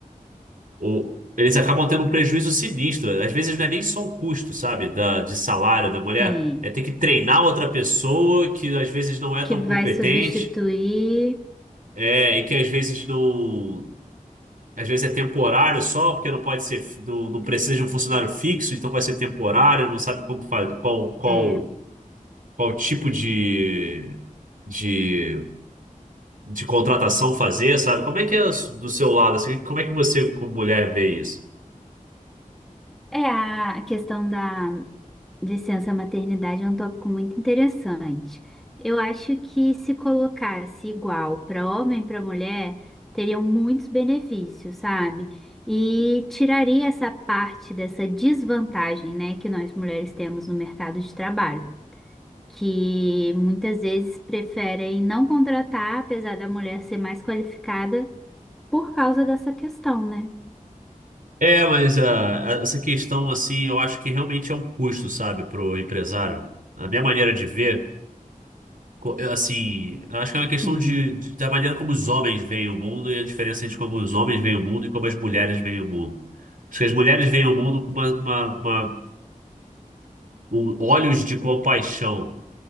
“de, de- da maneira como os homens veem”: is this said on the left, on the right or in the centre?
Right